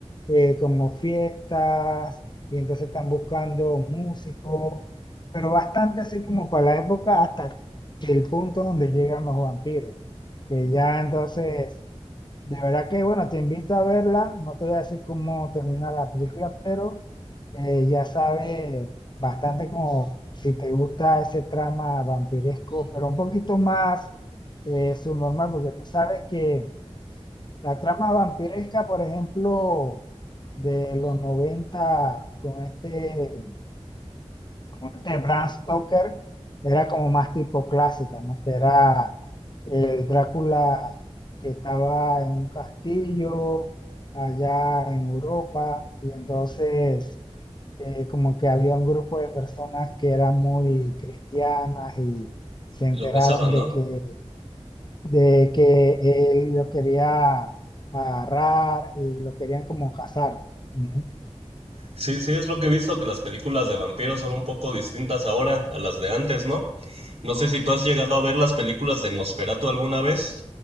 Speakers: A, on the left; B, on the right.
A: eh, como fiestas, y entonces están buscando músicos, pero bastante así como para la época hasta el punto donde llegan los vampiros, que ya entonces de verdad que, bueno, te invito a verla. No te voy a decir cómo termina la película, pero eh, ya sabes bastante como si te gusta ese trama vampiresco, pero un poquito más eh, subnormal, porque tú sabes que la trama vampiresca, por ejemplo, de los 90 con este como este Bram Stoker era como más tipo clásica, ¿no? Que era el Drácula que estaba en un castillo allá en Europa y entonces eh, como que había un grupo de personas que eran muy cristianas y se enteraron
B: Y lo cazaban,
A: de
B: ¿no?
A: que, de que él lo quería agarrar y lo querían como cazar. Ujú.
B: Sí, sí, es lo que he visto, que las películas de vampiros son un poco distintas ahora a las de antes, ¿no? No sé si tú has llegado a ver las películas de Nosferatu alguna vez,